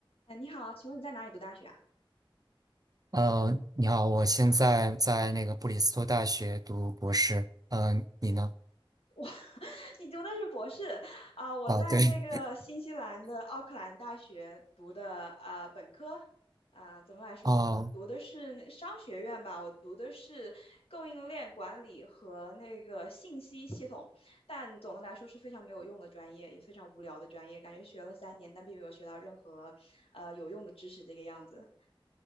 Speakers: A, on the left; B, on the right.
A: 哎，你好，请问你在哪里读大学啊？
B: 呃，你好，我现在在那个布里斯托大学读博士。嗯、你呢？
A: <laughs> 你读的是博士啊，我在那个新西兰的奥克兰大学读的呃本科
B: 啊，对，
A: 啊，怎么来说，
B: 哦，
A: 总的读的是那商学院吧，我读的是供应链管理和那个信息系统，但总的来说是非常没有用的专业，也非常无聊的专业，感觉学了三年，但并没有学到任何呃有用的知识这个样子。